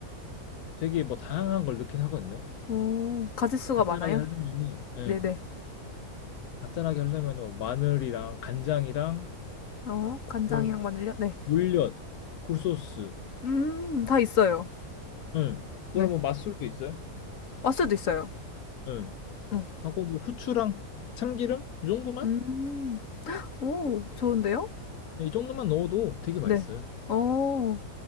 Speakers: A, on the left (about 80°); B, on the left (about 60°).
A: 되게 뭐 다양한 걸 넣긴 하거든요.
B: 오, 가짓수가
A: 근데 간단하게
B: 많아요?
A: 하려면은, 예,
B: 네, 네.
A: 간단하게 하려면은 뭐 마늘이랑 간장이랑
B: 어, 간장이랑
A: 뭐
B: 마늘요? 네.
A: 물엿, 굴소스,
B: 음, 다 있어요.
A: 응. 그거랑
B: 네.
A: 뭐 맛술도 있어요.
B: 맛술도 있어요.
A: 응.
B: 어.
A: 하고 뭐 후추랑 참기름 이 정도만?
B: 음, 오, 좋은데요?
A: 예, 이 정도만 넣어도 되게
B: 네.
A: 맛있어요.
B: 어,